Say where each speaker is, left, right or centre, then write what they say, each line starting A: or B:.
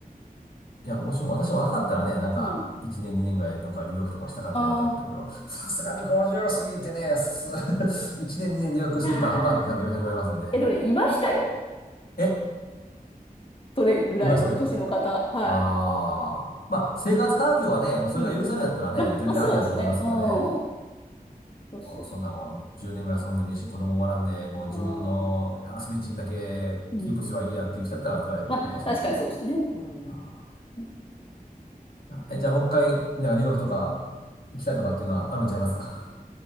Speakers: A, on the left (about 70°); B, on the left (about 35°).
A: いや、もしも私も若かったらね、なんか、
B: あ、うん。
A: 1年、2年ぐらい、なんか留学とかしたかったなと思ったけど、
B: あ
A: さすがに50過ぎてね、す <laughs> 1年、2年留学するとアホかって多分嫁さんに言われますので。
B: あ。<laughs> え、でもね、いましたよ。
A: <laughs> え、
B: それぐらいの年の方。
A: いましたか
B: はい。
A: ああ。まあ、生活環境はね、もうそれが許されるんだったらね、
B: うん。ま、
A: 全然ありだと思いますけどね。
B: まあ、そうですね。うん。そうそうそ
A: もうそんなもん、10年ぐらい遊んでもいいし、子供もおらんで、もう自分の遊び地にだけキープすればいいやっていう人だったら、
B: う。ああ、うん。
A: それはいいかもしれないけども。
B: まあ、確かにそうですね。うん。
A: あ
B: ね
A: ーえ、じゃあもう一回、なんか留学とか行きたいとかっていうのはあるんちゃいますか